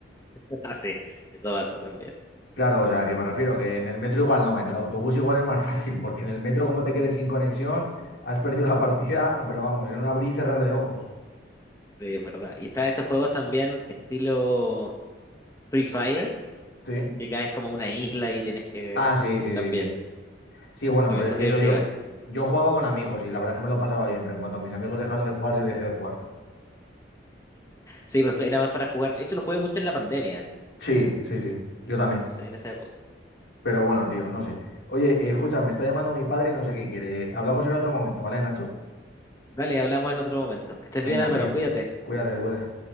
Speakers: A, on the left; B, on the left.
A: <laughs> Ah, sí, eso pasa también.
B: Claro, o sea, que me refiero, que en el metro igual no, en el autobús igual es más <laughs> fácil, porque en el metro como te quedes sin conexión, has perdido la partida, pero vamos, en un abrir y cerrar de ojos.
A: Sí, es verdad. Y están estos juegos también estilo Free Fire,
B: Sí.
A: que caes como a una isla y tienes que...
B: Ah, sí, sí,
A: También,
B: sí, sí. Sí, bueno,
A: también
B: pero es
A: son
B: que
A: divertidos
B: eso yo,
A: eso.
B: yo jugaba con amigos y la verdad es que me lo pasaba bien, pero en cuanto mis amigos dejaron de jugar, yo dejé de jugar.
A: Sí, pues era más para jugar. Eso lo jugué mucho en la pandemia,
B: Sí, sí, sí, yo también.
A: sí, en esa época.
B: Pero bueno, tío, no sé. Oye, eh, escucha, me está llamando mi padre y no sé qué quiere. Hablamos en otro momento, ¿vale, Nacho?
A: Vale, hablamos en otro momento. Que estés
B: Venga,
A: bien, Álvaro,
B: tío.
A: cuídate.
B: Cuídate, cuídate.